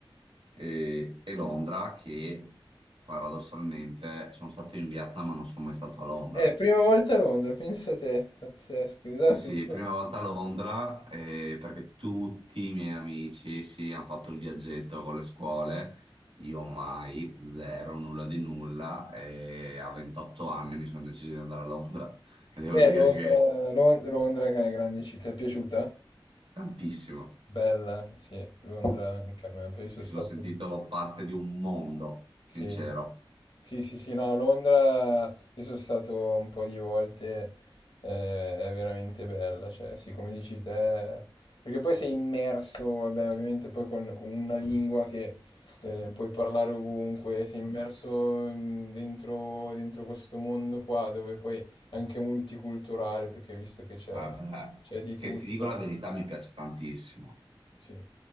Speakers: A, on the right (about 70°); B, on the left (about 70°).
A: E, e Londra, che paradossalmente sono stato in Vietnam, ma non sono mai stato a Londra.
B: Eh, prima volta a Londra, pensa te, pazzesco, esatto.
A: Eh Sì,
B: Sì.
A: prima volta a Londra eh, perché tutti i miei amici sì, hanno fatto il viaggetto con le scuole, io mai, zero, nulla di nulla e a 28 anni mi sono deciso di andare a Londra <laughs> e devo
B: Beh,
A: dire
B: Londra,
A: che
B: Lon- Londra è una grande città, ti è piaciuta?
A: tantissimo,
B: Bella, sì, Londra anche a me, poi sono
A: mi
B: stato
A: sono sentito parte di un mondo,
B: Sì.
A: sincero.
B: Sì, sì, sì, no, Londra io sono stato un po' di volte, eh, è veramente bella, cioè sì, come dici te, perché poi sei immerso, vabbè, ovviamente poi con, con una lingua che eh, puoi parlare ovunque, sei immerso mm, dentro, dentro questo mondo qua, dove poi è anche multiculturale, perché visto che c'è
A: Vabbè,
B: c'è di tutto,
A: che ti dico la verità, mi piace tantissimo,
B: sì.